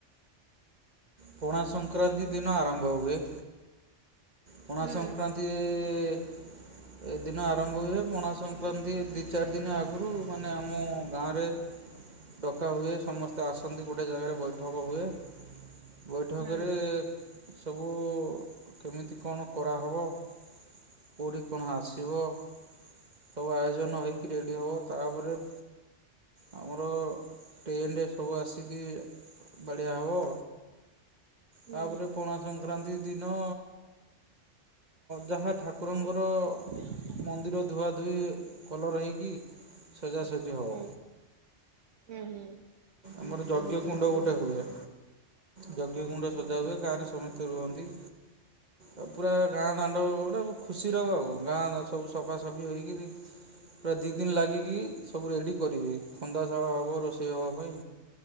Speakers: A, on the right; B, on the right.
A: ପଣା ସଂକ୍ରାନ୍ତି ଦିନ ଆରମ୍ଭ ହୁଏ। ପଣା
B: ହୁଁ।
A: ସଂକ୍ରାନ୍ତି ଏ ଦିନ ଆରମ୍ଭ ହୁଏ ପଣା ସଂକ୍ରାନ୍ତି ଦିଇ ଚାରି ଦିନ ଆଗରୁ ମାନେ ଆମ ଗାଁରେ ଡକା ହୁଏ ସମସ୍ତେ ଆସନ୍ତି ଗୋଟିଏ ଜାଗାରେ ବୈଠକ ହୁଏ। ବୈଠକରେ
B: ହୁଁ
A: ସବୁ କେମିତି କଣ? କରାହେବ। କେଉଁଠି କଣ ଆସିବ ସବୁ ଆୟୋଜନ ହୋଇକିରି ରେଡ଼ି ହେବ ତାପରେ ଆମର ଟେଣ୍ଡ ସବୁ ଆସିକି ବାଡ଼ିଆ ହବ
B: ହୁଁ
A: ତାପରେ ପଣା ସଂକ୍ରାନ୍ତି ଦିନ ଯାହା ଠାକୁରଙ୍କର
B: <unintelligible>
A: ମନ୍ଦିର ଧୁଆଧୁଇ କଲର ହେଇକି ସଜାସଜି ହବ।
B: ହୁଁ ହୁଁ ହୁଁ।
A: ଆମର ଯଜ୍ଞ କୁଣ୍ଡ ଗୋଟେ ହୁଏ। ଯଜ୍ଞ କୁଣ୍ଡ ସଜା ହୁଏ ଗାଁରେ ସମେସ୍ତ ରୁହନ୍ତି। ଆ ପୁରା ଗାଁ ଦାଣ୍ଡ ଗୋଟେ ଖୁସିର ଆଉ ଗାଁ ସବୁ ସଫା କରିକିନି ବି ପୁରା ଦି ଦିନ ଲାଗି କିି ସବୁ ରେଡ଼ି କରିବି ଖନ୍ଦାଶାଳ ହେବ ରୋଷେଇ ହେବା ପାଇଁ